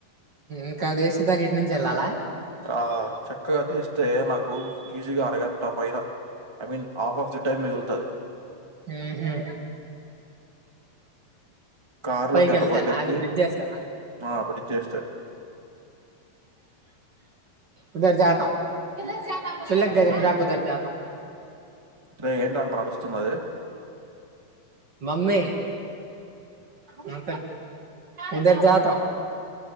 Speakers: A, on the right (about 35°); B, on the right (about 15°).
A: ఇంకా అదేసే దాగ ఇటు నుంచి ఎళ్ళాలా
B: ఆ చక్కగా తీస్తే నాకు ఈజీగా అరగంట పైన I mean half of the time మిగులుతది
A: ఉహు
B: కారులో
A: పైకి
B: గంట
A: ఎళ్తేనా
B: పట్టిద్ది.
A: అది బ్రిడ్జ్ ఏస్తేనా
B: ఆ! బ్రిడ్జ్ చేస్తే.
A: ఉదర్ జతా <unintelligible> ఉదర్ జతా
B: అరే ఏంటంటరా అరుస్తున్నది
A: మమ్మీ మా ఇదర్ జాత